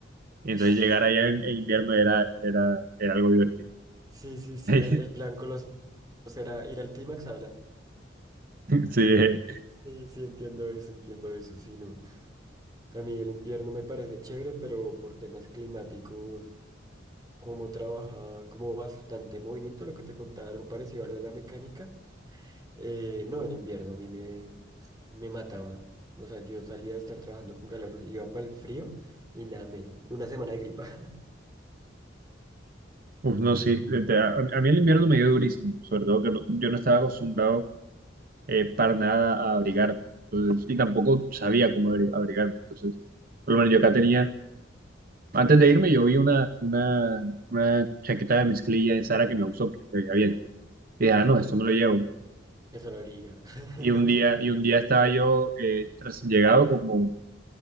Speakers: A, on the right (about 50°); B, on the right (about 20°).
A: Y entonces
B: <laughs>
A: llegar allá en, en invierno era, era, era algo divertido.
B: Sí, sí, sí, el,
A: <laughs>
B: el plan con los dos era ir al T-Max a hablar.
A: Sí, eh,
B: Sí, sí, entiendo eso, entiendo eso, sí, no. A mí el invierno me parece chévere, pero por temas climáticos, como trabaja, como bastante movimiento, lo que te contaba, algo parecido a lo de la mecánica, eh, no, el invierno a mí me, me mataba. O sea, yo salía de estar trabajando con calor, iba para el frío y nada, me, una semana de gripa.
A: uf, no, sí, de- de- a, a mí el invierno me dio durísimo, sobre todo que no- yo no estaba acostumbrado eh, para nada a abrigarme, entonces, y tampoco sabía cómo abri- abrigarme, entonces, por lo menos yo acá tenía Antes de irme, yo vi una, una, una chaqueta de mezclilla en Sara que me gustó porque se veía bien. Y
B: <laughs>
A: dije, ah, no,
B: Ajá,
A: esto me lo llevo.
B: eso la briga. <laughs>
A: Y un día, y un día estaba yo eh, recién llegado, como